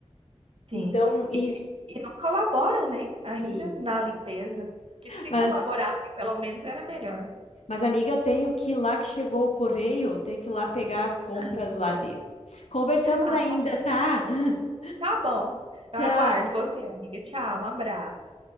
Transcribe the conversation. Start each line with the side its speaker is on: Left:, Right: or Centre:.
Right: sim.
Left: Então, isso,
Right: E, e não colaboram, né, ainda
Left: isso.
Right: na limpeza. Que se
Left: Mas,
Right: colaborasse, pelo menos era melhor.
Left: mas, amiga, eu tenho que ir lá que chegou o correio, eu tenho que ir lá pegar as compras
Right: <laughs>
Left: lá dele. Conversamos
Right: Ah,
Left: ainda,
Right: tá bom.
Left: tá? <laughs>
Right: Tá bom. Eu
Left: Tchau.
Right: aguardo você, amiga. Tchau, um abraço.